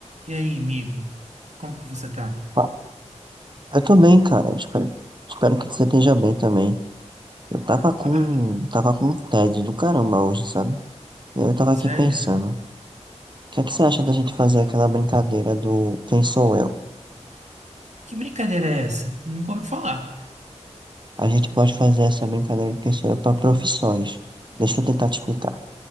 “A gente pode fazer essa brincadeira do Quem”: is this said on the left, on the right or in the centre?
Right